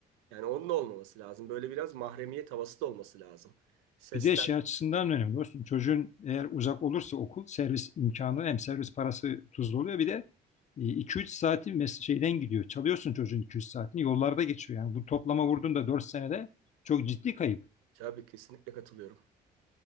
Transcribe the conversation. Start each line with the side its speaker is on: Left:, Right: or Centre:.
Right: Yani onun da olmaması lazım. Böyle biraz mahremiyet havası da olması lazım. Sesten
Left: Bir de şey açısından önemli dostum. Çocuğun eğer uzak olursa okul servis imkanı hem servis parası tuzlu oluyor bir de e, iki üç saati mes- şeyden gidiyor. Çalıyorsun çocuğun iki üç saatini yollarda geçiyor yani. Bu toplama vurduğunda 4 senede çok ciddi kayıp.
Right: tabii kesinlikle katılıyorum.